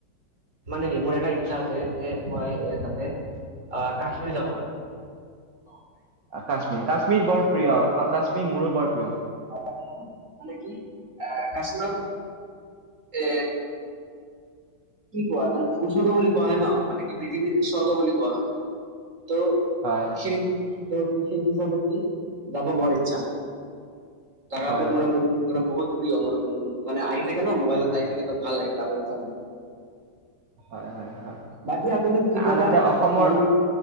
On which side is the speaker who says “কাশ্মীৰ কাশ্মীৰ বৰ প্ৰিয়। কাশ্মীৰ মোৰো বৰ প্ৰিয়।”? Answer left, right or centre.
Right